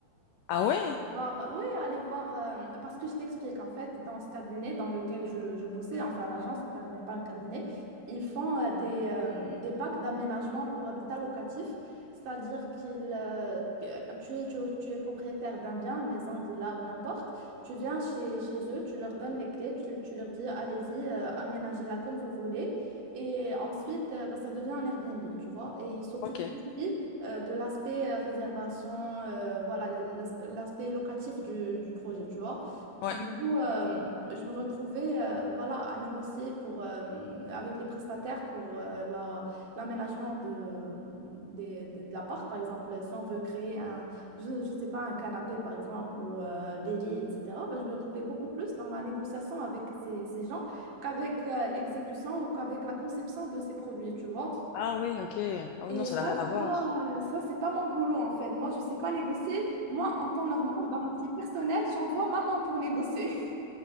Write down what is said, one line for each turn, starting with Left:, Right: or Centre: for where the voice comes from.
Left: Ah ouais?
Right: voir, oui, aller voir, euh, parce que je t'explique, en fait, dans ce cabinet dans lequel je, je bossais, enfin l'agence, pas- mais pas un cabinet, ils font euh, des, euh, des packs d'aménagement pour habitat locatif, c'est-à-dire qu'ils, euh, que- tu es, tu, tu es propriétaire d'un bien, maison, villa ou n'importe, tu viens chez, chez eux, tu leur donnes les clés, tu, tu leur dis, allez-y, euh, aménagez-la comme vous voulez, et ensuite, euh, bah, ça devient un Airbnb, tu vois, et ils s'occupent
Left: Ok.
Right: aussi euh, de l'aspect euh, réservation, euh, voilà, l'es- l'aspect locatif du, du projet, tu vois.
Left: Ouais.
Right: Du coup, euh, je me retrouvais euh, voilà, à négocier pour, euh, avec les prestataires pour euh, la, l'aménagement de, des, des- de l'appart. Par exemple, si on veut créer un, je, je sais pas, un canapé, par exemple, ou euh, des lits, etc., ben, je me retrouvais beaucoup plus dans la négociation avec ces, ces gens qu'avec euh, l'exécution ou qu'avec la conception de ces produits, tu vois.
Left: Ah oui, ok. Ah oui,
Right: Et
Left: non, ça n'a
Right: ça,
Left: rien
Right: c'est
Left: à voir.
Right: pas, euh, ça, c'est pas mon boulot, en fait. Moi, je sais pas négocier. Moi, en temps normal, dans ma vie personnelle, j'envoie maman pour négocier. <laughs>